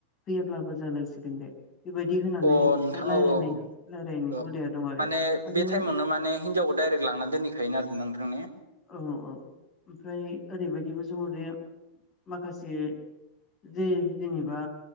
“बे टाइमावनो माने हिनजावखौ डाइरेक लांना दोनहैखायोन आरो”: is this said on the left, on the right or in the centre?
Right